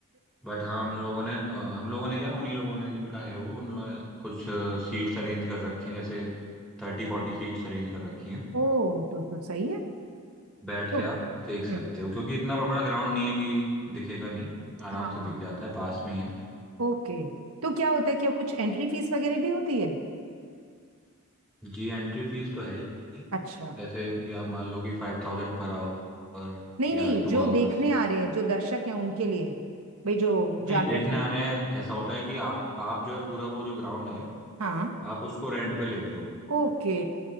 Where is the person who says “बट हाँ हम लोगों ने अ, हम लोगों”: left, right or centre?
Centre